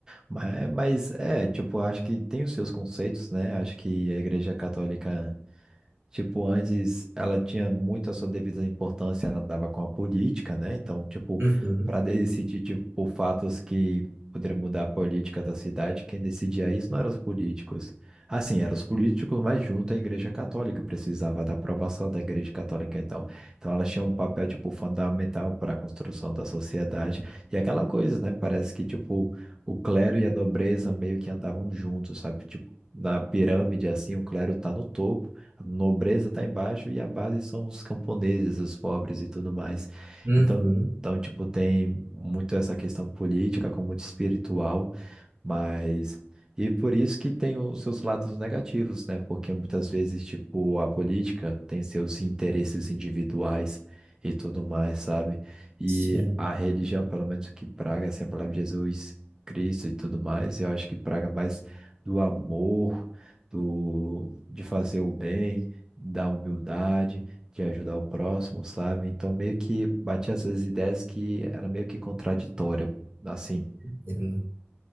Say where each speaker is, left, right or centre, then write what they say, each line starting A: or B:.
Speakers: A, on the right; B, on the right.
A: Mas, mas é, tipo, acho que tem os seus conceitos, né? Acho que a Igreja Católica. Tipo, antes ela tinha muito a sua devida importância, ela andava com a política, né? Então, tipo,
B: Uhum,
A: para decidir, tipo, fatos que poderiam mudar a política da cidade, quem decidia isso não eram os políticos. Assim, eram os políticos, mas junto à Igreja Católica, precisava da aprovação da Igreja Católica, então. Então, ela tinha um papel, tipo, fundamental para a construção da sociedade. E aquela coisa, né? Parece que, tipo, o clero e a nobreza meio que andavam juntos, sabe? Tipo, na pirâmide, assim, o clero tá no topo a nobreza está embaixo e a base são os camponeses, os pobres e tudo mais.
B: uhum,
A: Então, então, tipo, tem muito essa questão política, como muito espiritual. Mas. E por isso que tem os seus lados negativos, né? Porque muitas vezes, tipo, a política tem seus interesses individuais e tudo mais, sabe? E
B: sim.
A: a religião, pelo menos que praga sempre a palavra de Jesus Cristo e tudo mais, eu acho que praga mais do amor, do de fazer o bem, da humildade, de ajudar o próximo, sabe? Então meio que batia essas ideias que era meio que contraditória, assim.
B: Uhum.